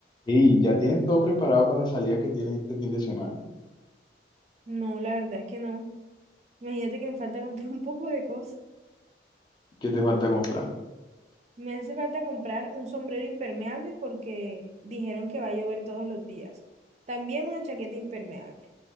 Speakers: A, on the left; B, on the right.
A: Y ya tienes todo preparado para la salida que tienes este fin de semana.
B: No, la verdad es que no. Imagínate que me falta comprar <laughs> un poco de cosas.
A: ¿Qué te falta comprar?
B: Me hace falta comprar un sombrero impermeable porque dijeron que va a llover todos los días. También una chaqueta impermeable.